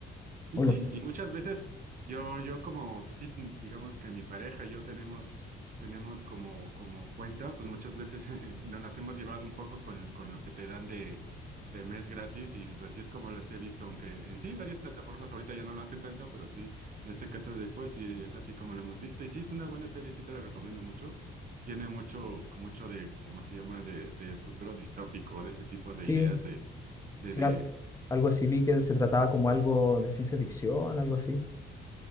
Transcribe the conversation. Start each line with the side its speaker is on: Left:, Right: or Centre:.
Right: Sí,
Left: O
Right: sí,
Left: los,
Right: y muchas veces yo, yo como, pues sí, ten- digamos que mi pareja y yo tenemos, tenemos como, como cuenta, pues muchas veces <laughs> nos las hemos llevado un poco con, con lo que te dan de, de mes gratis y pues así es como las he visto, aunque en sí varias plataformas ahorita ya no lo hacen tanto, pero sí, en este caso de Apple sí es así como lo hemos visto y sí es una buena serie, sí te la recomiendo mucho, tiene mucho, mucho de, ¿cómo se llama?, de, de futuro distópico, de ese tipo de
Left: sí,
Right: ideas de, de,
Left: Sí,
Right: de
Left: al- algo así vi que se trataba como algo de ciencia ficción, algo así.